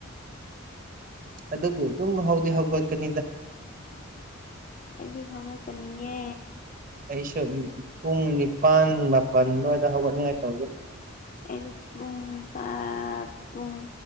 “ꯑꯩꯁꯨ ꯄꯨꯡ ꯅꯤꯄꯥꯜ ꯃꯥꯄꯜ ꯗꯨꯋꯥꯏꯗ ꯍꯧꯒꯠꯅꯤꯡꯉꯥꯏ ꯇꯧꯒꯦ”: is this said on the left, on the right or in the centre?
Right